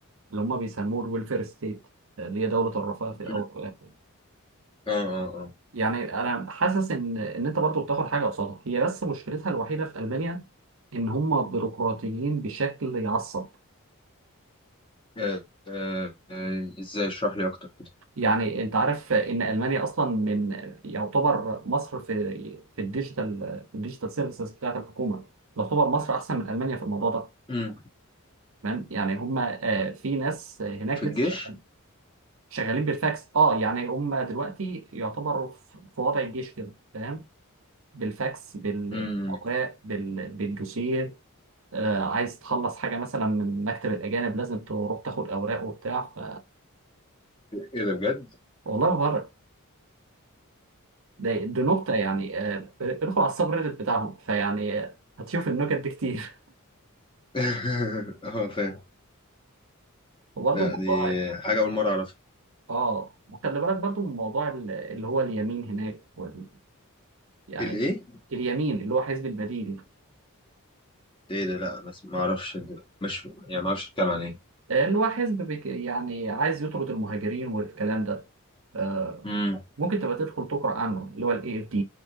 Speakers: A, on the right; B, on the left.
A: اللي هم بيسموه الويلفير ستيت آه، اللي هي دوله الرفاه في
B: مم.
A: الاول والاخر
B: اه اه اه
A: يعني انا حاسس ان ان انت برضو بتاخد حاجه قصادها هي بس مشكلتها الوحيده في المانيا ان هم بيروقراطيين بشكل يعصب
B: آه، آه، آه، ازاي اشرح لي اكتر كده
A: يعني انت عارف ان المانيا اصلا من يعتبر مصر في في الديجيتال في الديجيتال سيرفيسز بتاعت الحكومه يعتبر مصر احسن من المانيا في الموضوع ده
B: مم.
A: تمام يعني هم آه، في ناس هناك
B: في الجيش
A: لسه شغ- شغالين بالفاكس اه يعني هم دلوقتي يعتبروا في في وضع الجيش كده فاهم بالفاكس بالاوراق
B: مم.
A: بال- بالدوسيه آه، عايز تخلص حاجة مثلا من مكتب الأجانب لازم تروح تاخد أوراق وبتاع ف...
B: ايه ده بجد؟
A: والله ما بره ده دي نكتة يعني آه، ادخل على السب ريدت بتاعهم فيعني آه، هتشوف النكت دي كتير
B: <laughs> اه فاهم
A: <laughs> وبرضه
B: لا
A: الموضوع
B: دي حاجة أول مرة أعرفها
A: اه وخلي بالك برضه من موضوع ال- اللي هو اليمين هناك وال... يعني
B: الإيه؟
A: اليمين اللي هو حزب البديل
B: ده إيه ده لا بس ما أعرفش ده. مش يعني ما أعرفش أتكلم عن إيه
A: آه، اللي هو حزب بك... يعني عايز يطرد المهاجرين والكلام ده آه،
B: امم
A: ممكن تبقى تدخل تقرأ عنه اللي هو ال AFD